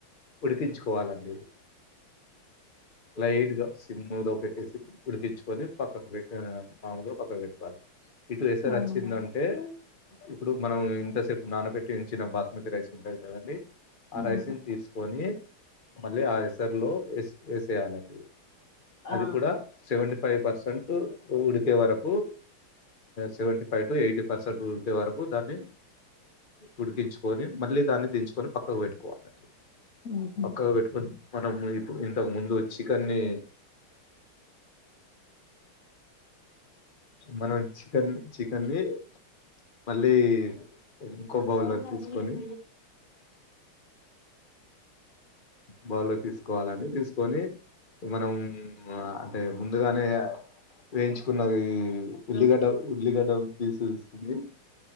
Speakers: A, on the left; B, on the left.
A: ఉడికించుకోవాలండి. స్లైడ్గా సిమ్ లో పెట్టేసి ఉడికించుకొని పక్కకు పెటు సాముగా పక్కకు పెట్టుకోవాలి. ఇటు ఏసరూ
B: అవునా
A: వచ్చిందంటే, ఇప్పుడు మనం ఇంతసేపు నానబెట్టి ఉంచిన బాస్మతి రైస్ ఉంటంది కదండి. ఆ
B: ఆహా
A: రైసిని తీసుకొని, మళ్ళీ ఆ ఎసరులో వేసు వేసేయాలండి. అది
B: ఆ
A: కూడా సెవెంటీ. ఫైవ్ పర్సెంట్ ఉడికే వరకు, seventy five to eighty percent ఉడికే వరకు దాన్ని ఉడికించుకొని మళ్ళీ దాన్ని దించుకొని పక్కకు పెట్టుకోవాలండి.
B: ఉహు
A: పక్కగా పెట్టుకొని మనం ఇప్పు ఇంతకు ముందు చికెన్ని మనం చికెన్ చికెన్ని ని మళ్ళీ ఇంకో బౌలు లో తీసుకొని బౌలు లోకి తీసుకోవాలండి. తీసుకొని మనం అంటే ముందుగానే వేయించుకున్నది. ఉల్లిడ ఉల్లిగడ పీసస్ ఇది